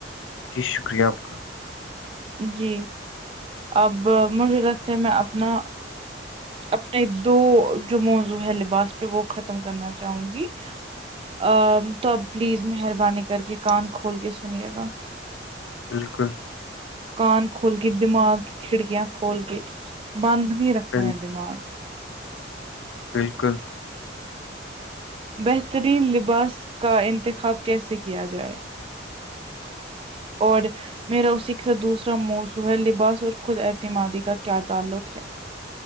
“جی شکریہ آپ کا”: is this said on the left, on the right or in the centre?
Left